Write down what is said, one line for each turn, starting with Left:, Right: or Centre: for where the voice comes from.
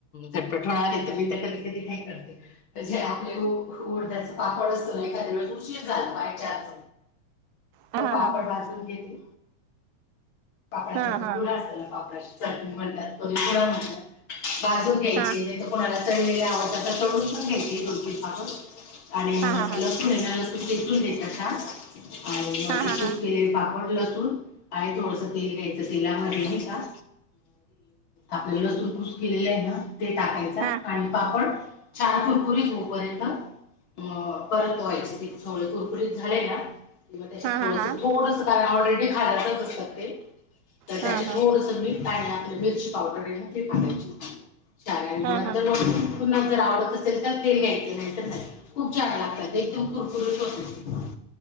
Left: झटपट होणारी मी तर कधी कधी काय करते म्हणजे आपले उ-उडदाचे पापड अस एखाद्या वेळेस उशीर झाल बाय चान्स
Right: हा
Left: त
Right: हा
Left: पापड
Right: हा
Left: भाजून घेते पापडाचा
Right: हा
Left: जो
Right: हा
Left: खुडा असल ना पापडाशी चटणी म्हणतात कोणी खुडा म्हणतात. भाजून घ्यायचे
Right: हा.
Left: नाहीत कोणाला तळलेले आवडतात त तळून पण घ्यायचे दोन तीन पापड. आणि
Right: हा हा हा हा
Left: लसूण ये ना लसूण ठेचून घेयचा <unintelligible> आणि मग
Right: हा
Left: ते
Right: हा
Left: खूप गेले पापड लसूण. आहे थोडस तेल घ्यायचं शिला नाही का, आपल लसुण केलेले आहे ना ते टाकायचा
Right: हा हा ह
Left: आणि पापड छान कुरकुरीत होऊपर्यंत अ परतवायच ते सगळ कुरकुरीत झालेय ना किंवा त्याच्यात
Right: हा
Left: थोडस
Right: हा हा.
Left: थोडस तर ऑलरेडी घातलेलंच असतय ते, तर
Right: हा
Left: त्याच्यात
Right: हा
Left: थोडस मीठ आणि आपली मिरची पावडर आहे ना ति टाकायची. <unintelligible> पुन्हा
Right: हा हा
Left: जर आवडत असेल तर ते घ्यायचे नाही तर नाही. खूप छान लागतात. एकदम कुरकुरीत होतेत.